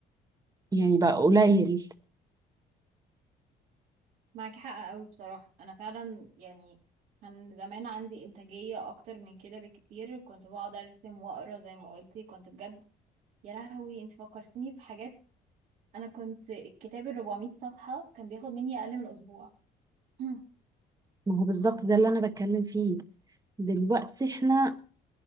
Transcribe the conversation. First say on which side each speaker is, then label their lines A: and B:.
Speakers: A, on the right; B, on the right.
A: يعني بقى قليل
B: معاكي حق قوي بصراحه انا فعلا يعني كان زمان عندي إنتاجية أكتر من كده بكتير كنت بقعد أرسم وأقرأ زي ما قلتي كنت بجد يا لهوي انت فكرتني بحاجات انا كنت الكتاب ال 400 صفحة كان بياخد مني اقل من اسبوع <clears throat> مم.
A: ما هو بالظبط ده اللي أنا بتكلم فيه دلوقتي احنا